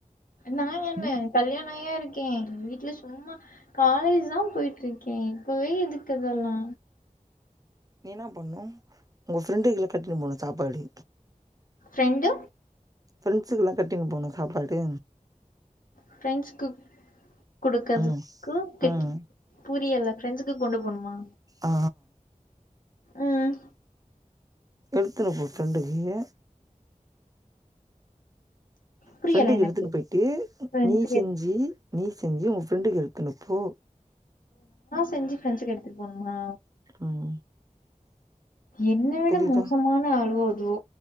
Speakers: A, on the left; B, on the right.
A: நாங் என்ன
B: நீ
A: கல்யாண ஆயா யிருக் கேன் வீட்ல சும்மா காலேஜ் தா போயிட்ருக்கே இப்பவே எதுக்கு இதெல்லா
B: நீ என்ன பண்ணும் உங்க ஃப்ரெண்டுக்கு கட்டிட்டு போனும் சாப்பாடு
A: ப்ரெண்டு
B: ஃப்ரெண்ட்ஸுக்கு எல்லா கட்டிட்டு போணு சாப்பாடு
A: ஃப்ரெண்ட்ஸூக்கு கொடுக்குறதுக்கு
B: ம்
A: கட்டி
B: ம்
A: பூ புரியல்ல ஃப்ரெண்டஸூக்கு கொண்டு போணுமா
B: ஆ
A: ம்
B: எடுத்துண்ணு போ ஃப்ரெண்டுக்கு ங்க
A: புரியல
B: ஃப்ரெண்டுக்கு
A: எனக்கு.
B: எடுத்துட்டு போயிட்டு
A: ஃப்ரெண்ட்ஸுக்கு
B: நீ செஞ்சி
A: எடுத்
B: நீ செஞ்சி உங்க ஃப்ரெண்டுக்கு எடுத்துன்னு போ
A: செஞ்சி ஃபிரண்சுக்கு எடுத்துட்டு போணுமா
B: ம்
A: என்ன விட
B: புரியுதா
A: மோசமான ஆளுவோ இதோ